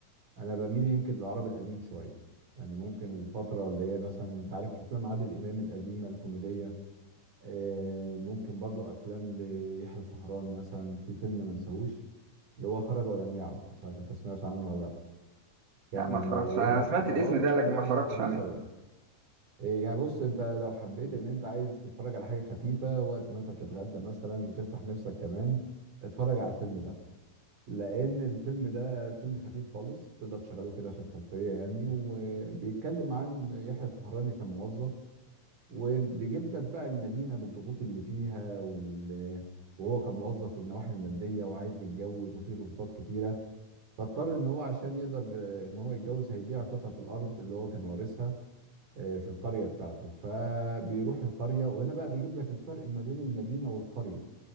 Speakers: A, on the right; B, on the right.
A: انا بميل يمكن للعربي القديم شوية يعني ممكن الفترة اللي هي مثلا انت عارف افلام عادل امام القديمة الكوميدية آه، ممكن برضو افلام ليحيى الفخراني مثلا في فيلم ما نساهوش اللي هو خرج ولم يعد مش عارف انت سمعت عنه ولا لا كان
B: لا ما اتفرجش
A: آه، يحيى
B: عليه. انا سمعت
A: الفخراني
B: الاسم ده لكن
A: مع
B: ما اتفرجتش
A: فريد
B: عليه
A: شوقي آه، يعني بص انت لو حبيت ان انت عايز تتفرج على حاجه خفيفه وقت ما انت بتتغدى مثلا وتفتح نفسك كمان اتفرج على الفيلم ده لان الفيلم ده فيلم خفيف خالص تقدر تشغله كده في الخلفيه يعني وبيتكلم عن يحيى الفخراني كموظف وبيجيب لك بقى المدينة بالضغوط اللي فيها وال... وهو كموظف والنواحي المادية وعايز يتجوز وفي ضغوطات كتيرة فاضطر ان هو عشان يقدر آه، ان هو يتجوز هيبيع قطعة الارض اللي هو كان وارثها آه، في القرية بتاعته فبيروح القرية وهنا بقى بيجيب لك الفرق ما بين المدينة والقرية